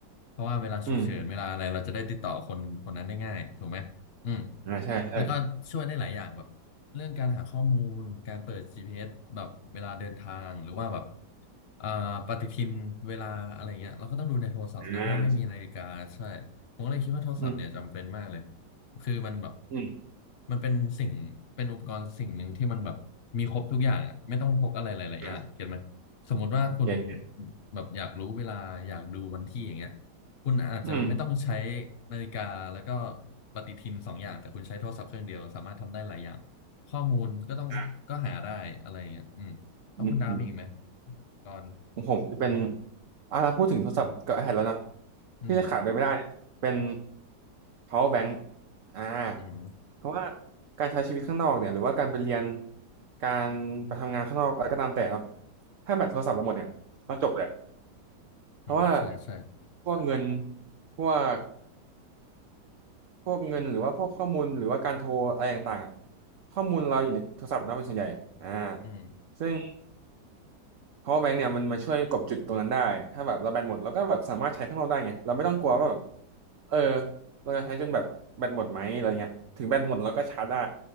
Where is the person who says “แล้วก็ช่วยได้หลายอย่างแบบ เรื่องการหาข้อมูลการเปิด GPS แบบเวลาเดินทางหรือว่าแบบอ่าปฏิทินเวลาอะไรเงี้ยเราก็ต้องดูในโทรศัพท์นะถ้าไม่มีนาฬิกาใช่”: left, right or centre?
Left